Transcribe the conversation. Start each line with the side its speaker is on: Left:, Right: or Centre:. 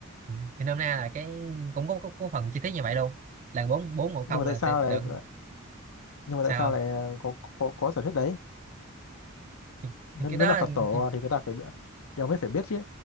Right: Ừ. thì nôm na là cái cũng có, có, có phần chi tiết như vậy luôn là bốn bốn một
Left: Nhưng
Right: không
Left: mà
Right: là
Left: tại sao
Right: sẽ
Left: lại
Right: đựng
Left: nhưng mà
Right: sao
Left: tại sao lại
Right: không
Left: có có, có sở thuyết đấy?
Right: thì,
Left: Nên,
Right: thì cái đó
Left: nên là Phật tổ
Right: thì,
Left: thì người ta phải bi- thì ông mới phải biết chứ.